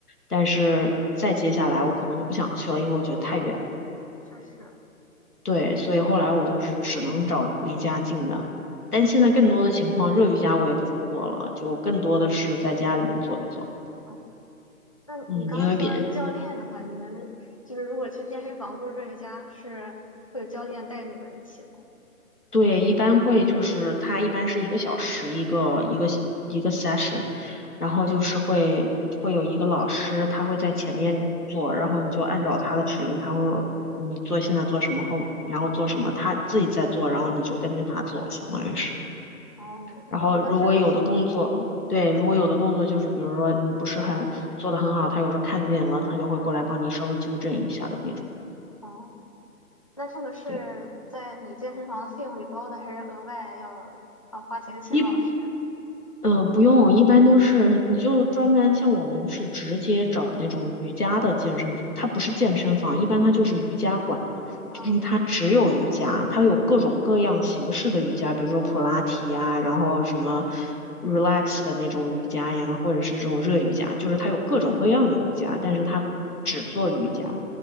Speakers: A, on the left; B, on the left.
A: 但是再接下来我可能就不想去了，因为我觉得太远。
B: 确实。
A: 对，所以后来我就是只能找离家近的，但现在更多的情况，热瑜伽我也不怎么做了，就更多的是在家里面做一做。
B: 嗯那你刚刚说教练的话，
A: 嗯，因为比，
B: 你们就是如果去健身房做这一家，是会有教练带你们一起吗？
A: 对，一般会就是他一般是一个小时一个一个一个 session，然后就是会会有一个老师，他会在前面做，然后你就按照他的指令，他会说你做现在做什么后，然后做什么，他自己在做，然后你就跟着他做，相当于是。
B: 哦，
A: 然后如果有的动作，
B: 那这个是，嗯，
A: 对，如果有的动作就是比如说你不是很做的很好，他有时候看见了，他就会过来帮你稍微纠正一下的那种。
B: 哦，那这个是在你健身房的费用里包的，
A: 对，
B: 还是额外要啊花钱请老师呀？
A: 一。嗯、呃不用，一般都是你就专门像我们是直接找那种瑜伽的健身，它不是健身房，一般它就是瑜伽馆，
B: 嗯，
A: 就是它只有瑜伽，它有各种各样形式的瑜伽，比如说普拉提呀，然后什么 relax 的那种瑜伽呀，或者是这种热瑜伽，就是它有各种各样的瑜伽，但是它只做瑜伽，